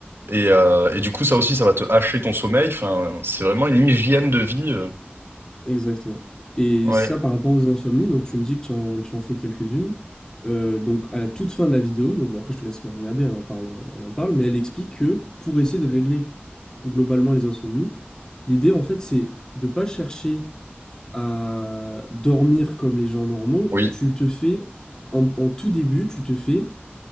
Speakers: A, on the right; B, on the left.
A: et, euh, et du coup, ça aussi, ça va te hacher ton sommeil. Enfin, euh, c'est vraiment une hygiène de vie. euh.
B: Exactement. Et
A: Ouais.
B: ça, par rapport aux insomnies, donc tu me dis que tu en, tu en fais quelques-unes. Euh, donc à la toute fin de la vidéo, donc bon, après je te laisserai regarder, elle en parle, elle en parle, mais elle explique que pour essayer de régler globalement les insomnies, l'idée en fait c'est de pas chercher à dormir comme les gens normaux.
A: Oui.
B: Tu te fais en, en tout début, tu te fais